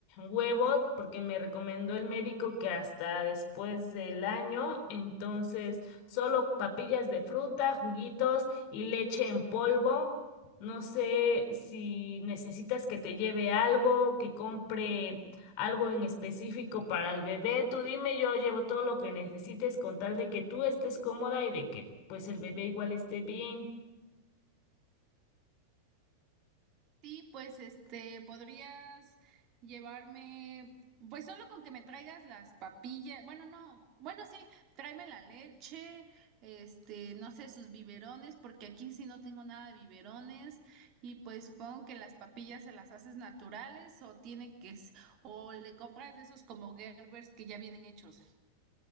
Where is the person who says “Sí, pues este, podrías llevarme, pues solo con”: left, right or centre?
Right